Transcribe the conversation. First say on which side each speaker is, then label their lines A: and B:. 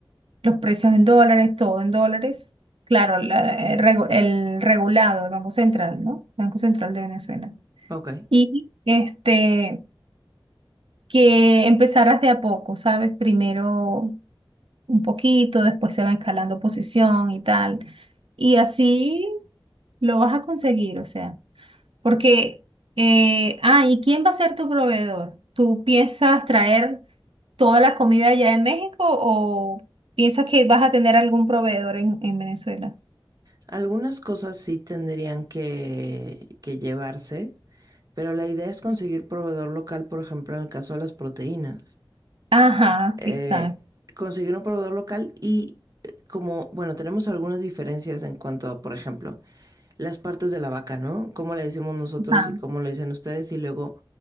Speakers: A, on the right; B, on the right.
A: Los precios en dólares, todo en dólares. Claro, la- el, regu- el regulado, el Banco Central, ¿no? Banco Central de Venezuela.
B: Ok.
A: Y este, que empezaras de a poco, ¿sabes? Primero un poquito, después se va escalando posición y tal. Y así Lo vas a conseguir, o sea, porque, eh, ah, ¿y quién va a ser tu proveedor? ¿Tú piensas traer toda la comida ya de México o piensas que vas a tener algún proveedor en, en Venezuela?
B: Algunas cosas sí tendrían que, que llevarse, pero la idea es conseguir proveedor local, por ejemplo, en el caso de las proteínas
A: Ajá,
B: eh,
A: exacto.
B: conseguir un proveedor local y eh, como, bueno, tenemos algunas diferencias en cuanto a, por ejemplo, las partes de la vaca, ¿no? Cómo le decimos nosotros
A: Ajá.
B: y cómo lo dicen ustedes y luego